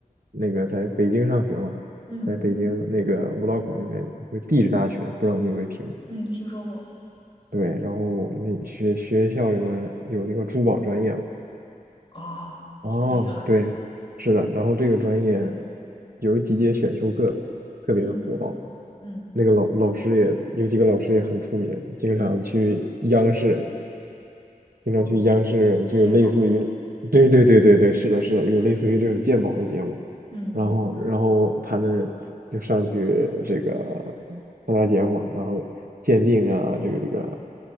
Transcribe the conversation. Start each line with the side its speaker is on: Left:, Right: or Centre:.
Right: 那个在北京上学嘛，
Left: 嗯
Right: 在北京那个五道口那边有个地质大学，不知道你有没有听过？
Left: 嗯，听说过。
Right: 对，然后那学学校里面有那个珠宝专业嘛。
Left: 哦，
Right: 哦，
Left: 好厉害。
Right: 对，是的，然后这个专业有几节选修课特别的火爆，
Left: 嗯嗯
Right: 那个老老师也有几个老师也很出名，经常去央视，
Left: 嗯，
Right: 经常去央视就有类似于，
Left: 哦，鉴宝。
Right: 对对对对对，是的是的，有类似于这种鉴宝的节目，
Left: 嗯
Right: 然后然后他们就上去这个参加节目，然后鉴定啊，这个这个